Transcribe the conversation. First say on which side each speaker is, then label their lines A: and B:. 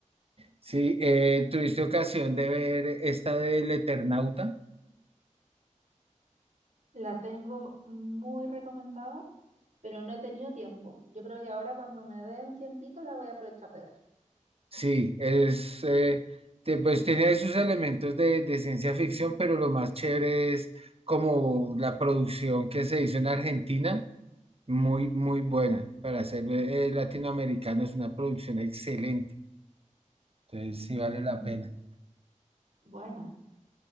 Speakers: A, on the right; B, on the right.
A: Sí, eh, ¿tuviste ocasión de ver esta del Eternauta?
B: La tengo muy recomendada, pero no he tenido tiempo. Yo creo que ahora cuando me dé un tiempito la voy a aprovechar de ver.
A: Sí, es, eh, te- pues tiene sus elementos de, de ciencia ficción, pero lo más chévere es como la producción que se hizo en Argentina, muy, muy buena. Para ser eh, eh, latinoamericano es una producción excelente, entonces
B: Mm,
A: sí vale la pena.
B: buena.